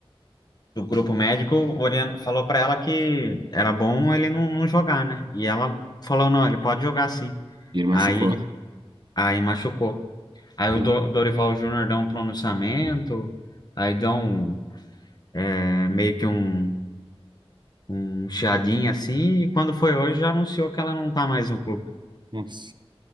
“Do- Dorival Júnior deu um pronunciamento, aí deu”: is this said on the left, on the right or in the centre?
Left